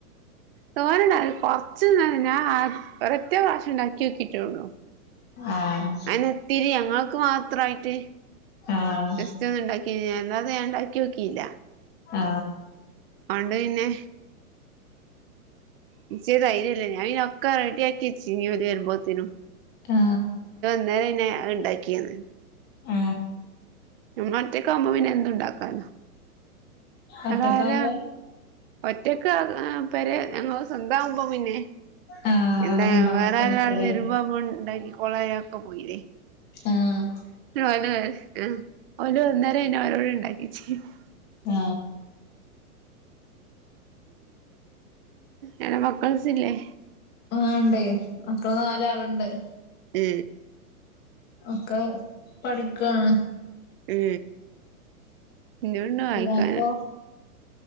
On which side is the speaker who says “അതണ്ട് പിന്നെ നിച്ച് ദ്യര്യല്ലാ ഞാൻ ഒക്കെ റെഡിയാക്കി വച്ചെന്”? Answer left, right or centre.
Right